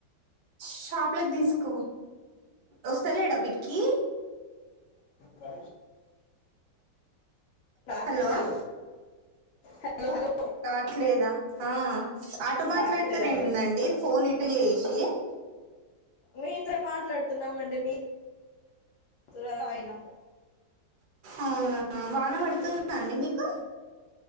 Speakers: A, on the right; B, on the left.
A: షాప్ లోకి తీసుకుపో వస్తాలేడా విక్కీ
B: కా రాట్లేదు
A: హలో
B: హలో హలో
A: రాట్లేదా ఆ అటు మాట్లాడతరేందండి
B: రాట్లేదండి
A: ఫోన్ ఇ టు చేసి
B: మీతో మాట్లాడుతున్నామండి మీ తో అయినా
A: అవునా వాన పడుతుంద అండి మీకు